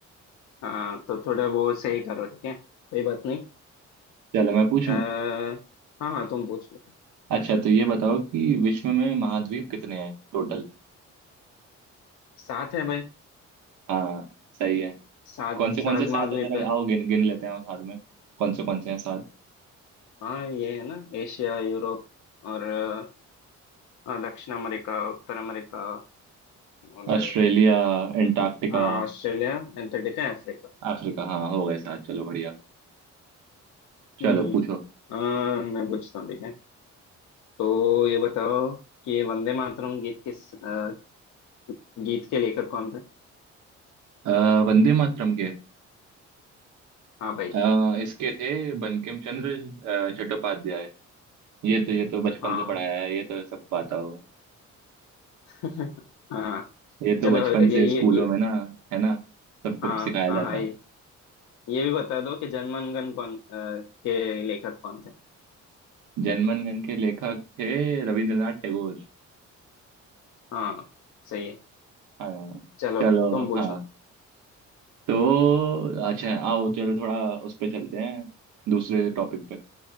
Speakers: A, on the left; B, on the right.
A: हाँ तो थोड़ा वो सही करो ठीक है कोई बात नहीं
B: चलो मैं पूछूं
A: अ, हाँ हाँ तुम पूछ लो
B: अच्छा तो ये बताओ कि विश्व में महाद्वीप कितने हैं टोटल
A: सात है भाई
B: हाँ सही है
A: सात
B: कौन से कौन
A: सात
B: से साथ
A: महाद्वीप
B: हैं जरा
A: है
B: आओ गिन गिन लेते हैं और साथ में कौन से कौन से हैं साथ
A: हाँ ये है ना एशिया यूरोप और अ, हाँ, दक्षिण अमेरिका उत्तर अमेरिका और
B: Australia Antarctica
A: अ, हाँ ऑस्ट्रेलिया एंटार्क्टिका अफ्रीका
B: Africa हाँ हो गए साथ चलो बढ़िया
A: हम्म
B: चलो पूछो
A: अ, मैं पूछता हूँ ठीक है तो ये बताओ कि ये वंदे मातरम गीत किस अ, गीत के लेखक कौन थे
B: अ, वंदे मातरम के
A: हाँ भाई
B: अ, इसके थे बंकिम चंद्र अ, चट्टोपाध्याय ये तो ये तो बचपन
A: हाँ
B: से पढ़ाया है ये तो सबको आता होगा
A: <laughs> हाँ
B: ये तो
A: चलो
B: बचपन
A: ये
B: से
A: ये
B: स्कूलों
A: ये
B: में ना है ना सबको
A: हाँ
B: सिखाया
A: हाँ
B: जाता
A: हाँ ये
B: है
A: ये भी बता दो कि जनमनगन कौन अ, के लेखक कौन थे
B: जनगण मन के लेखक थे रविंद्रनाथ टैगोर
A: हाँ सही है
B: हाँ
A: चलो
B: चलो
A: तुम पूछो
B: हाँ तो अच्छा आओ चलो थोड़ा उस पे चलते हैं दूसरे टॉपिक पे